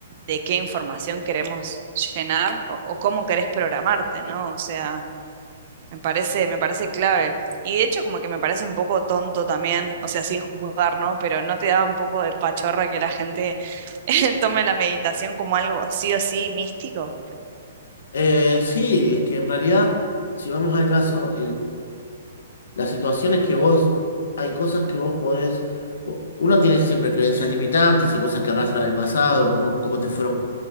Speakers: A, on the right; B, on the left.
A: de qué información queremos llenar o, o cómo querés programarte, ¿no? O sea, me parece, me parece clave. Y de hecho, como que me parece un poco tonto también, o sea, sin juzgar, ¿no? Pero ¿no te da un poco de pachorra que la gente <laughs> tome la meditación como algo sí o sí místico?
B: Eh, sí, es que en realidad, si vamos al caso, La situación es que vos, hay cosas que vos podés, uno tiene siempre creencias limitantes y cosas que arrastra del pasado, cómo, cómo te fueron,